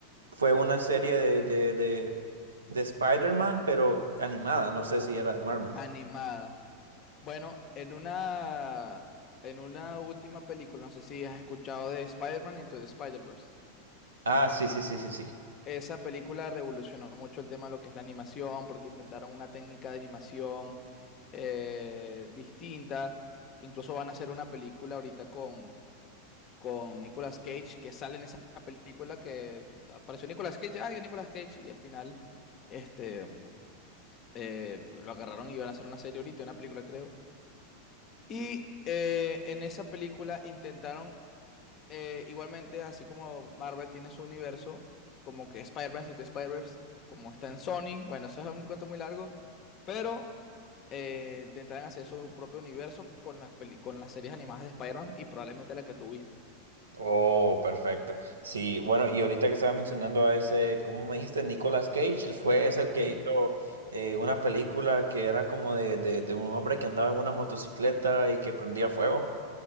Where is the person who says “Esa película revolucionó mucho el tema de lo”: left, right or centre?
Left